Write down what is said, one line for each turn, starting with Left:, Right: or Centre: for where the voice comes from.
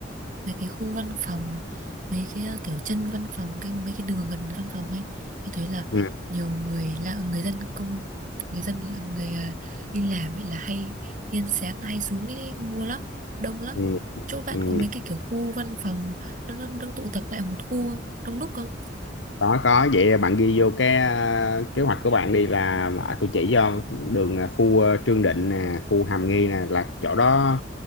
Right: mấy cái khu văn phòng mấy cái à, kiểu chân văn phòng cái mấy cái đường gần văn phòng ấy thì thấy là
Left: ừ,
Right: nhiều người lạ người dân công người dân là người à, đi làm ấy là hay tiên sáng hay xuống đi mua lắm đông lắm
Left: ừ, ừ.
Right: chỗ bạn
Left: ừ.
Right: có mấy cái kiểu khu văn phòng nó, nó, nó tụ tập lại một khu không? đông đúc không
Left: có có vậy bạn ghi vô cái ờ, kế hoạch của bạn đi là à, tôi chỉ cho đường ờ, khu ờ, Trương Định nè khu Hàm Nghi nè là chỗ đó